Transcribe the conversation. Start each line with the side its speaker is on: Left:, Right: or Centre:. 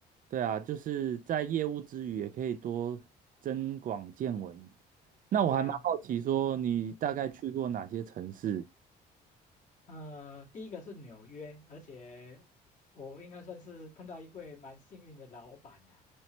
Right: 对啊，就是在业务之余也可以多增广见闻。那我还蛮好奇，
Left: 对啊，呃
Right: 说你大概去过哪些城市？
Left: 哎，呃，第一个是纽约，而且我应该算是碰到一位蛮幸运的老板呐、